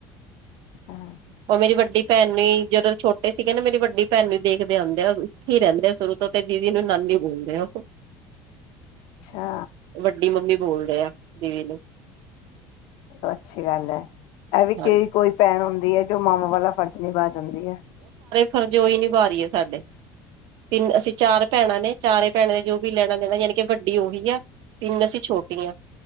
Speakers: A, on the left; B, on the right.
A: ਅੱਛਾ
B: ਉਹ ਮੇਰੀ ਵੱਡੀ ਭੈਣ ਨੇ ਹੀ ਜਦੋਂ ਛੋਟੇ ਸੀਗੇ ਨਾ ਮੇਰੀ ਵੱਡੀ ਭੈਣ ਵੀ ਦੇਖਦੇ ਆਦੇ ਆ ਉੱਥੇ ਹੀ ਰਹਿੰਦੇ ਆ ਸ਼ੁਰੂ ਤੋਂ ਤੇ ਦੀਦੀ ਨੂੰ ਨਾਨੀ ਬੋਲਦੇ ਆ ਉਹ।
A: ਅੱਛਾ।
B: ਵੱਡੀ ਮੰਮੀ ਬੋਲਦੇ ਆ ਦੀਦੀ ਨੂੰ।
A: ਅੱਛੀ ਗੱਲ ਹੈ ਇਹ ਵੀ
B: ਹਾਂਜੀ
A: ਕਈ ਕੋਈ ਭੈਣ ਹੁੰ ਹੈ ਜੋ ਮਾਵਾਂ ਵਾਲਾ ਫ਼ਰਜ਼ ਨਿਭਾ ਦੀ ਹੈ।
B: ਫਰਜ ਓਹੀ ਨਿਭਾ ਰਹੀ ਹੈ ਸਾਡੇ ਤਿੰਨ ਅਸੀਂ ਚਾਰ ਭੈਣਾਂ ਨੇ ਚਾਰੇ ਭੈਣਾਂ ਨੇ ਜੋ ਵੀ ਲੈਣਾ ਦੇਣਾ ਯਾਨੀ ਕਿ ਵੱਡੀ ਉਹੀ ਆ ਤਿੰਨ ਅਸੀਂ ਛੋਟੀ ਆ